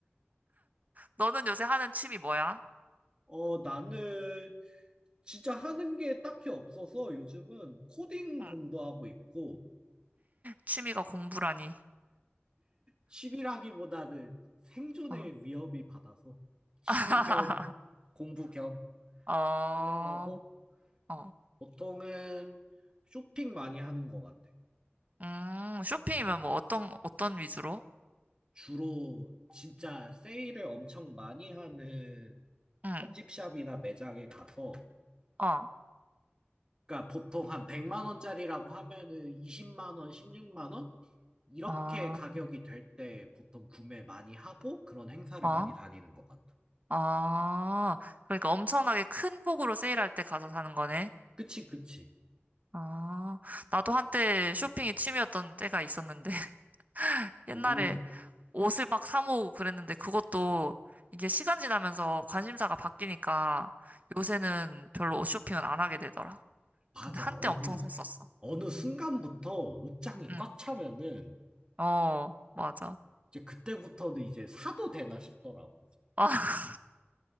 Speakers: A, on the right (about 40°); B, on the right (about 20°).
A: 너는 요새 하는 취미 뭐야?
B: 어, 나는 진짜 하는 게 딱히 없어서 요즘은 코딩
A: 응.
B: 공부하고 있고
A: 취미가 공부라니.
B: 취미라기보다는 생존의
A: 어,
B: 위협이 받아서 취미
A: <laughs>
B: 겸 공부 겸
A: 어,
B: 하는 거고
A: 어.
B: 보통은 쇼핑 많이 하는 것 같아.
A: 음, 쇼핑이면 뭐 어떤, 어떤 위주로?
B: 주로 진짜 세일을 엄청 많이 하는
A: 응,
B: 편집샵이나 매장에 가서
A: 어,
B: 그러니까 보통 한 100만 원짜리라고 하면은 20만 원, 16만 원 이렇게
A: 어,
B: 가격이 될 때 보통 구매 많이 하고 그런 행사를
A: 어.
B: 많이 다니는 것 같아.
A: 아, 그러니까 엄청나게 큰 폭으로 세일할 때 가서 사는 거네.
B: 그치, 그치.
A: 아, 나도 한때 쇼핑이 취미였던 때가 있었는데, <laughs> 옛날에
B: 오,
A: 옷을 막 사 모으고 그랬는데, 그것도 이게 시간 지나면서 관심사가 바뀌니까 요새는 별로 옷 쇼핑은 안 하게 되더라.
B: 맞아.
A: 근데 한때
B: 어느,
A: 엄청 샀었어.
B: 어느 순간부터
A: 응,
B: 옷장이
A: 응.
B: 꽉 차면은
A: 어, 맞아.
B: 이제 그때부터는 이제 사도 되나 싶더라고.
A: 아, <laughs>